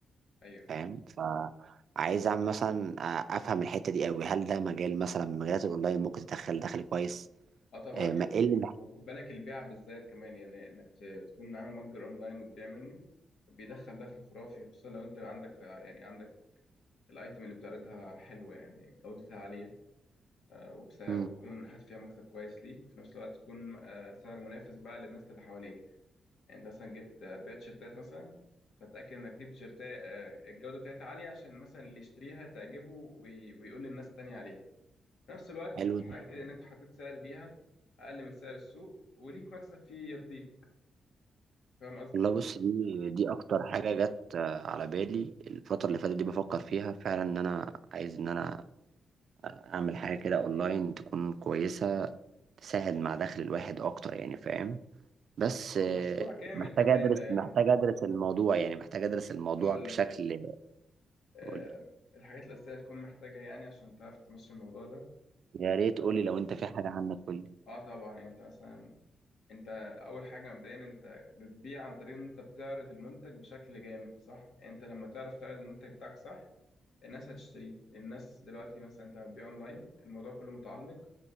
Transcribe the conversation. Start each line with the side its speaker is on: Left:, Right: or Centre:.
Left: ايوه فهمت
Right: فاهم فعايز اعمل مثلا آه، افهم الحته دي قوي هل ده مجال مثلا من مجالات الاونلاين ممكن تدخل دخل كويس
Left: اه طبعا
Right: آه، ما
Left: يا ابني
Right: ايه اللي محتاج
Left: وخد بالك البيع بالذات كمان يعني انك ت- تكون عامل متجر اونلاين وتبيع منه بيدخل دخل خرافي خصوصا لو انت عندك يعني عندك الايتم اللي بتعرضها حلوه يعني جودتها عاليه آه، وبس- وتكون
Right: مم،
Left: حاطط فيها مكسب كويس ليك في نفس الوقت تكون آه، سعر منافس بقى للناس اللي حواليك يعني انت مثلا جبت بيع تيشيرتات مثلا فتأكد انك تجيب تيشيرتات آه، الجودة بتاعتها عالية عشان مثلا اللي يشتريها تعجبه وي- ويقول للناس التانية عليها في نفس الوقت
Right: حلو
Left: تأكد
Right: ده
Left: ان انت حطيت سعر ليها اقل من سعر السوق وليك مكسب فيه يرضيك فاهم قصدي؟
Right: والله بص دي دي اكتر حاجه جت آه، على بالي الفتره اللي فاتت دي بفكر فيها فعلا ان انا عايز ان انا اعمل حاجه كده اونلاين تكون كويسه تساعد مع دخل الواحد اكتر يعني فاهم بس
Left: هو
Right: آه،
Left: مشروع كامل
Right: محتاج
Left: كمان
Right: ادرس
Left: ده يعني
Right: محتاج ادرس الموضوع يعني محتاج ادرس الموضوع
Left: هقول
Right: بشكل
Left: لك آه،
Right: قولي
Left: الحاجات الأساسية هتكون محتاجة يعني عشان تعرف تمشي الموضوع ده
Right: يا ريت
Left: آه،
Right: قولي لو انت في حاجه عنك قولي
Left: اه طبعا يعني انت مثلا انت اول حاجه مبدئيا انت بتبيع عن طريق ان انت بتعرض المنتج بشكل جامد صح يعني انت لما تعرف تعرض المنتج بتاعك صح الناس هتشتريه الناس دلوقتي مثلا انت لما بتبيع اونلاين الموضوع كله متعلق